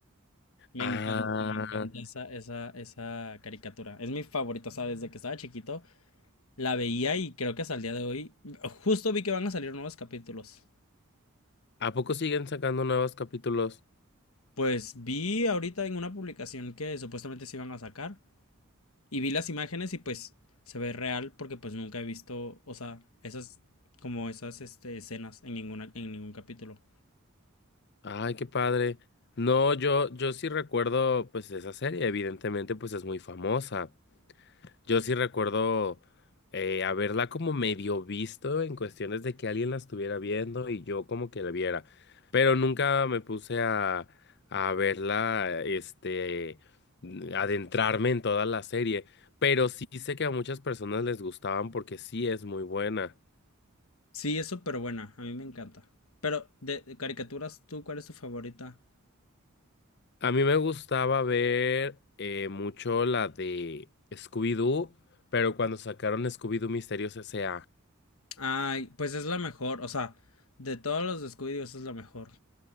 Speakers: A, on the left; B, on the left.
A: Me
B: Ah,
A: encanta, me encanta esa, esa, esa caricatura. Es mi favorita, o sea, desde que estaba chiquito la veía y creo que hasta el día de hoy, justo vi que van a salir nuevos capítulos.
B: ¿a poco siguen sacando nuevos capítulos?
A: Pues vi ahorita en una publicación que supuestamente se iban a sacar y vi las imágenes y pues se ve real porque pues nunca he visto, o sea, esas como esas este, escenas en ninguna en ningún capítulo.
B: Ay, qué padre. No, yo, yo sí recuerdo, pues, esa serie, evidentemente, pues es muy famosa. Yo sí recuerdo eh, haberla como medio visto en cuestiones de que alguien la estuviera viendo y yo como que la viera, pero nunca me puse a, a verla, este, adentrarme en toda la serie, pero sí sé que a muchas personas les gustaban porque sí es muy buena.
A: Sí, es súper buena, a mí me encanta. Pero de, de caricaturas, ¿tú cuál es tu favorita?
B: A mí me gustaba ver eh, mucho la de Scooby-Doo, pero cuando sacaron Scooby-Doo Misterios S.A.
A: Ay, pues es la mejor, o sea, de todos los de Scooby-Doo esa es la mejor.